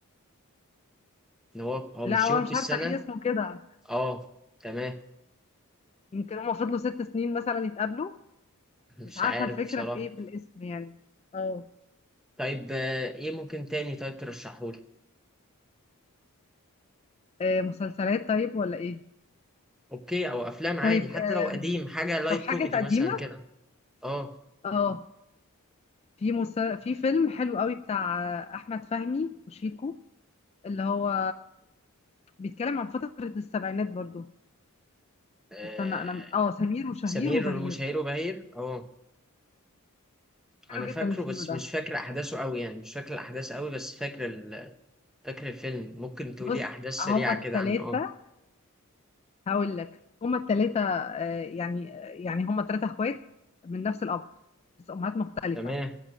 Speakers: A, in the centre; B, on the left.
A: إن هو هو
B: لا
A: مش
B: هو
A: يوم
B: أنا مش
A: في السنة
B: عارفة ليه اسمه كده
A: آه تمام
B: يمكن هم فضلوا ست سنين مثلا يتقابلوا
A: مش
B: مش عارفة
A: عارف
B: الفكرة
A: بصراحة
B: في ايه في الاسم يعني اه
A: طيب آه، إيه ممكن تاني طيب ترشحهولي
B: آه، مسلسلات طيب ولا ايه
A: اوكي او افلام عادي
B: طيب
A: حتى
B: آه،
A: لو قديم حاجه لايت
B: طب حاجة
A: كوميدي
B: قديمة
A: مثلا كده اه
B: اه في مس... في فيلم حلو قوي بتاع آه، أحمد فهمي وشيكو اللي هو بيتكلم عن فترة السبعينات برضو
A: آه،
B: استنى انا اه سمير وشهير
A: سمير
B: وبهير
A: وشهير وبهير اه
B: حلو
A: انا
B: جدا
A: فاكره
B: الفيلم
A: بس
B: ده
A: مش فاكر احداثه قوي يعني مش فاكر الاحداث قوي بس فاكر ال... فاكر الفيلم ممكن تقولي
B: بص
A: احداث سريعه
B: هما التلاتة
A: كده عنه اه
B: هقول لك هما التلاتة آه، يعني آه، يعني هما تلاتة اخوات من نفس الأب بس أمهات مختلفة
A: تمام